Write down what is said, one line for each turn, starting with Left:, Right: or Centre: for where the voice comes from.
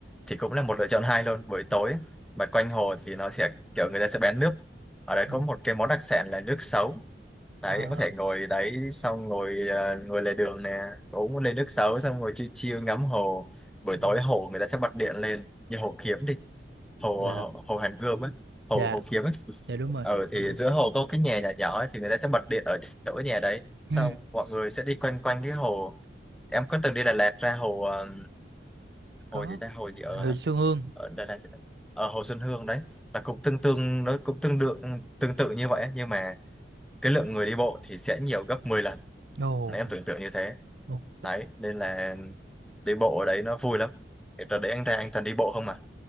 Centre: thì cũng là một lựa chọn hay luôn buổi tối mà quanh hồ thì nó sẽ kiểu người ta sẽ bán nước ở đấy
Right: Ừ.
Centre: có một cái món đặc sản là nước sấu đấy
Right: Ờ.
Centre: có thể ngồi đấy xong ngồi ờ, ngồi lề đường nè uống một ly nước sấu xong ngồi chill chill ngắm hồ buổi
Right: Ừ.
Centre: tối hồ người ta sẽ bật điện lên như hồ Kiếm đi hồ
Right: Dạ.
Centre: hồ, hồ Hàn Gươm á hồ
Right: Dạ.
Centre: hồ Kiếm á
Right: Dạ đúng rồi.
Centre: ờ thì
Right: Ừ.
Centre: giữa hồ có cái nhà nhỏ nhỏ ấy, thì người ta sẽ bật điện ở chỗ cái nhà đấy sau
Right: Ừ.
Centre: mọi người sẽ đi quanh quanh cái hồ em có từng đi Đà Lạt ra hồ ờ,
Right: Có.
Centre: hồ gì ta hồ gì ở
Right: Huyện Xuân Hương.
Centre: ở Đà Lạt ở Hồ Xuân Hương đấy là cũng tương tương nó cũng tương đương tương tự như vậy ấy, nhưng mà cái lượng người đi bộ thì sẽ nhiều gấp 10 lần
Right: Ồ.
Centre: Đấy, em tưởng tượng như thế
Right: Ok.
Centre: đấy nên là đi bộ ở đấy nó vui lắm Thì đợt đấy anh ra anh toàn đi bộ không mà